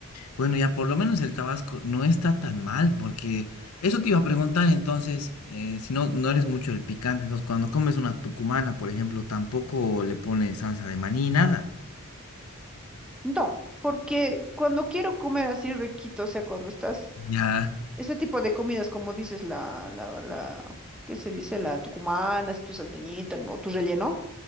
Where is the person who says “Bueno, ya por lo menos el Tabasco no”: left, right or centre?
Left